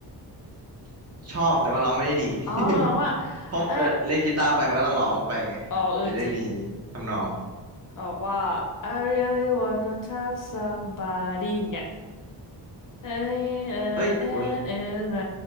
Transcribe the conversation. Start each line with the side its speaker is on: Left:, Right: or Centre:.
Right: <laughs> ชอบแต่ว่าร้องไม่ได้ดี
Left: อ๋อมันร้องว่า
Right: <laughs> เพราะเวลาเล่นกีตาร์ไปมันก็ต้องร้องไปไงมันจะได้มี
Left: เอออ๋อเออจริง
Right: ทำนอง
Left: ออกว่า I really wanna touch somebody อย่างเงี้ยเออเออเออเออเออ
Right: เอ้ยคุณ